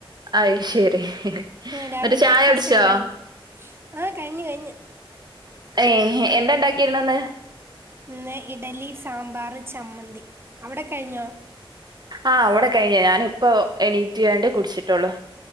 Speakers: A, on the right; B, on the right.
A: അയ് ശരി
B: ആഹ് രാവിലെ
A: എന്നിട്ട്
B: ബ്രേക്ക്ഫാസ്റ്റ്
A: ചായ കുടിച്ചോ?
B: ഒക്കെ കഴിഞ്ഞ ആഹ് കഴിഞ്ഞു കഴിഞ്ഞു
A: ഏഹ് എന്താ ഉണ്ടാക്കിയിരുന്നെ ഇന്ന്
B: ഇന്ന് ഇഡലി സാമ്പാർ ചമ്മന്തി അവിടെ കഴിഞ്ഞോ
A: ആഹ് ഇവിടെ കഴിഞ്ഞ് ഞാനിപ്പോ എണീറ്റ് കാണ്ട് കുടിച്ചിട്ടുള്ളു